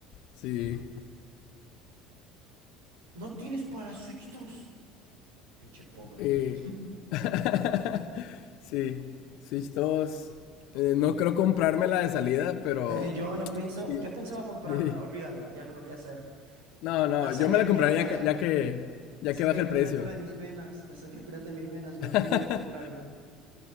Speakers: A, on the left; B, on the right.
A: Sí.
B: ¿No tienes para la Switch 2? Pinche pobre.
A: Eh,
B: <laughs>
A: <laughs> sí. Switch 2. eh, no creo comprármela de salida, pero.
B: Eh, yo no pienso,
A: Sí,
B: yo pensaba comprármela,
A: sí.
B: olvídalo, ya no lo voy a hacer.
A: No, no,
B: La sangre
A: yo me la
B: pirata
A: compraría ya
B: de,
A: que, ya que, ya
B: la sangre
A: que baje el
B: pirata
A: precio.
B: de mis venas, la sangre pirata de mis venas me
A: <laughs>
B: pide lo contrario.